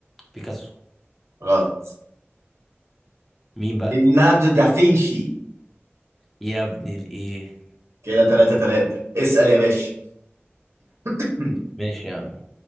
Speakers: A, in the centre; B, on the right (about 85°).
A: بيكاسو
B: غلط
A: مين بقى
B: ليوناردو دافينشي
A: يا ابن الايه
B: كده تلاتة تلاتة اسأل يا باشا <laughs>
A: ماشي يا عم